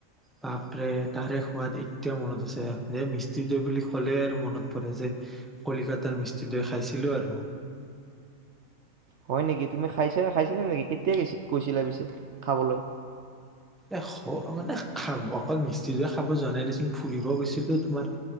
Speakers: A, in the centre; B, on the right.
A: বাপৰে তাৰে সোৱাদ এতিয়াও মনত আছে, যে মিষ্টি দৈ বুলি ক'লে আৰু মনত পৰে যে কলিকাতাৰ মিষ্টি দৈ খাইছিলোঁ আৰু।
B: হয় নেকি? তুমি খাইছা খাইছিলা নেকি? কেতিয়া গৈ গৈছিলা পিছে খাবলৈ?
A: এ মানে খাব অকল মিষ্টি দৈ খাব যোৱা নাই দেচোন ফুৰিব গৈছিলো তোমাৰ